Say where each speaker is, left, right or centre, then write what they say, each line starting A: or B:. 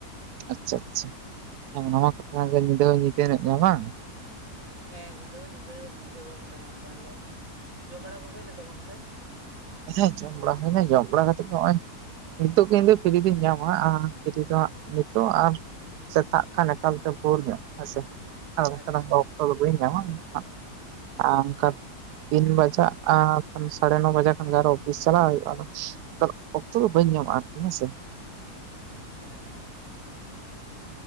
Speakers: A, on the right; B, on the right.
A: ᱟᱪᱪᱷᱟ ᱟᱪᱪᱷᱟ ᱦᱮᱸ ᱱᱚᱣᱟ ᱠᱚᱛᱷᱟ ᱜᱮ ᱧᱤᱫᱟᱹ ᱦᱚᱸ ᱧᱤᱫᱟᱹ ᱧᱚᱜ ᱱᱟ ᱵᱟᱝ
B: ᱦᱮᱸ ᱧᱤᱫᱟᱹ ᱦᱚᱸ ᱧᱤᱫᱟᱹ ᱧᱤᱫᱟᱹ ᱜᱚᱡ ᱟᱠᱟᱱᱟ᱾ ᱛᱟᱦᱚᱞᱮ ᱡᱚᱢ ᱵᱟᱲᱟ ᱠᱚ ᱦᱩᱭᱱᱟ ᱛᱚ ᱜᱚᱢᱠᱮ?
A: ᱟᱪᱪᱷᱟ ᱡᱚᱢ ᱵᱟᱲᱟ ᱦᱩᱭᱱᱟ᱾ ᱡᱚᱢ ᱵᱟᱲᱟ ᱠᱟᱛᱮᱜ ᱜᱮ ᱱᱚᱜᱼᱚᱭᱼᱼ ᱱᱤᱛᱚᱜ ᱜᱮ ᱤᱧ ᱫᱚ ᱯᱷᱤᱨᱤ ᱫᱩᱧ ᱧᱟᱢᱟ ᱟᱨ ᱯᱷᱤᱨᱤ ᱫᱚ ᱦᱟᱸ ᱱᱤᱛᱚᱜ ᱟᱨᱼᱼ ᱥᱮᱛᱟᱜ ᱠᱷᱟᱱ ᱮᱠᱟᱞᱛᱮ ᱵᱷᱩᱨ ᱧᱚᱜ᱾ᱦᱮᱸᱥᱮ ᱟᱨ ᱵᱟᱝᱠᱷᱟᱱ
B: ᱟᱪᱪᱷᱟ
A: <unintelligible> ᱵᱟᱹᱧ ᱧᱟᱢᱟ ᱟᱜ ᱟᱨ ᱚᱱᱠᱟ ᱛᱤᱱ ᱵᱟᱡᱟᱜᱼᱟ <unintelligible> ᱥᱟᱲᱮ ᱱᱚ ᱵᱟᱡᱟᱜᱼᱼ ᱟᱨᱚ ᱚᱯᱷᱤᱥ ᱪᱟᱞᱟᱜ ᱦᱩᱭᱩᱜᱼᱟ ᱟᱫᱚ ᱚᱠᱛᱚ ᱫᱚ ᱵᱟᱹᱧ ᱧᱟᱢᱟ ᱟᱨᱠᱤ ᱦᱮᱸᱥᱮ᱾
B: ᱟᱪᱪᱷᱟ